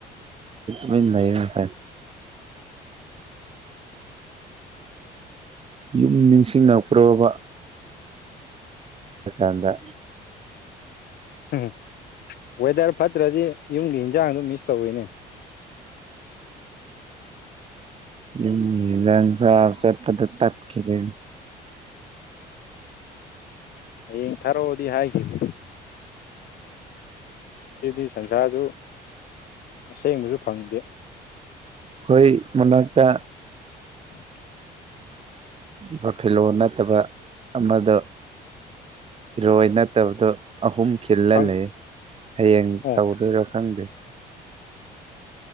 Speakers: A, on the right; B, on the left.
A: ꯂ ꯂꯩꯌꯦ ꯐꯔꯦ ꯌꯨꯝ ꯅꯤꯡꯁꯤꯡꯉꯛꯄ꯭ꯔꯣꯕ ꯆꯀꯥꯟꯗ
B: ꯍꯝ ꯑꯣꯏꯋꯗꯔ ꯐꯠꯇ꯭ꯔꯗꯤ ꯌꯨꯝꯒꯤ ꯍꯟꯖꯥꯡꯗꯣ ꯃꯤꯁ ꯇꯧꯋꯤꯅꯦ
A: ꯎꯝꯖꯁ ꯑꯆꯠ ꯄꯗ ꯇꯀꯤꯗ
B: ꯍꯌꯦꯡ ꯊꯥꯔꯛꯑꯣꯗꯤ ꯍꯥꯏꯈꯤꯕꯅꯦ ꯁꯤꯗꯤ ꯁꯟꯁꯥꯁꯨ ꯑꯁꯦꯡꯕꯁꯨ ꯐꯪꯗꯦ
A: ꯍꯣꯏ ꯃꯅꯛꯇ
B: ꯎꯝ
A: ꯕꯣꯐꯤꯂꯣ ꯅꯠꯇꯕ ꯑꯃꯗꯣ ꯏꯔꯣꯏ ꯅꯠꯇꯕꯗꯣ ꯑꯍꯨꯝ ꯈꯤꯜꯂ
B: ꯐꯪ
A: ꯂꯩ ꯍꯌꯦꯡ
B: ꯑꯣ
A: ꯇꯧꯗꯣꯏꯔꯣ ꯈꯪꯗꯦ